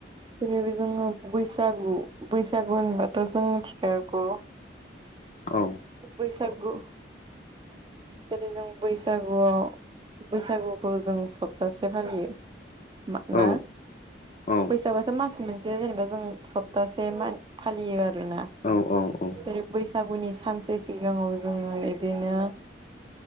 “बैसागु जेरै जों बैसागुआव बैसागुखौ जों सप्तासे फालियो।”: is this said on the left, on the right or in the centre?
Right